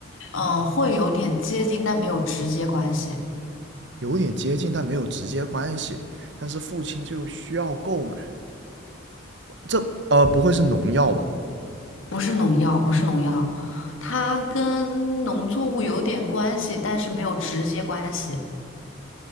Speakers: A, on the left; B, on the right.
A: 嗯、会有点接近，但没有直接关系，
B: 有点接近，但没有直接关系。但是父亲就需要购买，这呃不会是农药吧？
A: 不是农药，不是农药，它跟农作物有点关系，但是没有直接关系。